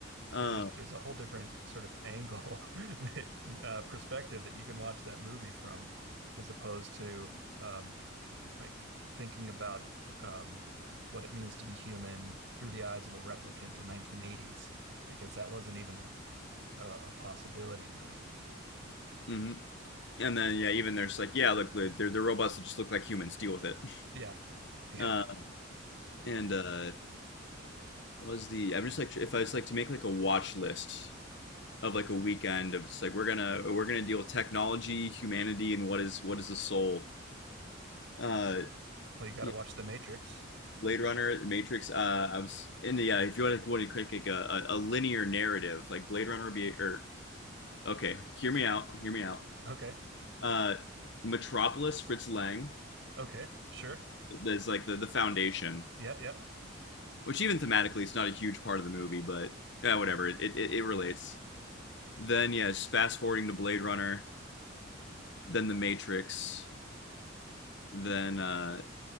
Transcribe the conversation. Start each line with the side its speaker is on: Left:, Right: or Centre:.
Right: So
Left: Uh,
Right: there's there's a whole different sort of angle <laughs> uh, perspective that you can watch that movie from, as opposed to um, like thinking about um, what it means to be human through the eyes of a replicant in 1980s, because that wasn't even a a, a possibility really.
Left: hmm And then yeah, even there's like yeah, look, they're they're robots that just look like humans. Deal with it. <laughs>
Right: Yeah, yeah.
Left: Uh, and uh, What was the? I'm just like if I was like to make like a watch list of like a weekend of it's like we're gonna we're gonna deal with technology, humanity, and what is what is the soul. Uh,
Right: Well, you got
Left: yeah,
Right: to watch The Matrix.
Left: Blade Runner, Matrix. Uh, I was in the yeah. If you want to want to create like a, a, linear narrative, like Blade Runner would be or okay, hear me out, hear me out.
Right: Okay,
Left: Uh, Metropolis, Fritz Lang,
Right: okay, sure.
Left: as, like the the foundation,
Right: Yeah, yeah,
Left: which even thematically it's not a huge part of the movie, but yeah, whatever. It it, it relates. Then yes, fast forwarding to Blade Runner, then The Matrix, then uh,